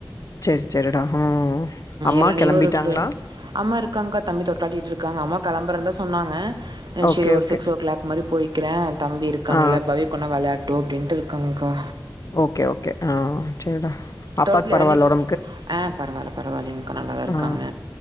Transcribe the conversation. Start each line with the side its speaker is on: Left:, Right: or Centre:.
Left: செரி செரிடா ம் அம்மா
Right: இளநீயும்
Left: கெளம்பிட்டாங்ளா
Right: இருக்கு. அம்மா இருக்காங்க்கா தம்பி தொட்லாட்டிட்ருக்காங்க அம்மா கெளம்பறன்தா சொன்னாங்க அ
Left: ஓகே
Right: சேரி ஒரு
Left: ஓகே
Right: சிக்ஸ் ஓ கிளாக் மாரி போய்க்கிறே தம்பி இருக்கான்ல
Left: ஆ
Right: பவி கொன்னா வெளா டுட்டு அப்டின்ட்டு இருக்காங்க்கா
Left: ஓகே ஓகே ஆ செரிடா அப்பாக்கு
Right: தோட்டத்துல
Left: பரவால
Right: இளநீ
Left: ஒடம்
Right: ஆ பரவால பரவாலைங்க்கா நல்லாதா இருக்காங்க
Left: ஆ